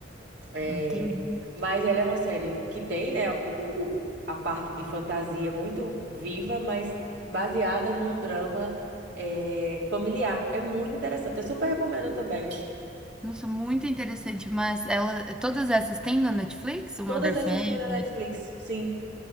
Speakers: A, on the right; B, in the centre.
A: É,
B: Entendi.
A: mas ela é uma série que tem, né, o- o- a parte de fantasia muito viva, mas baseada num drama, é, familiar. É muito interessante. Eu super recomendo também.
B: Nossa, muito interessante, mas ela todas essas tem na Netflix? O
A: Todas
B: Mother
A: essas
B: Family?
A: têm na Netflix, sim.